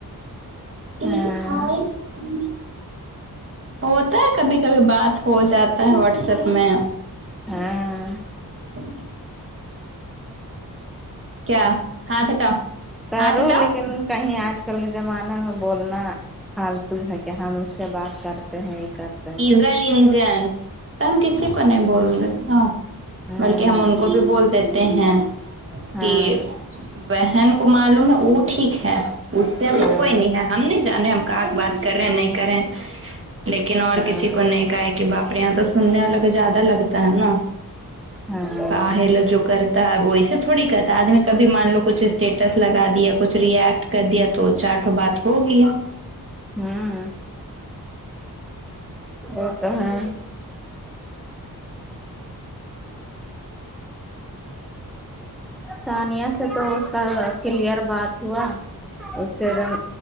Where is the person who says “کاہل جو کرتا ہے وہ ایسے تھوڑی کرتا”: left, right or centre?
Right